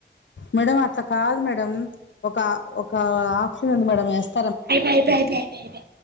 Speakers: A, on the left; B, on the right.
A: మేడం అట్లా కాదు మేడం ఒక ఒక ఆఫ్షన్ ఉంది మేడం వేస్త
B: ఐపాయ్ ఐపాయ్ ఐపాయ్ పె పె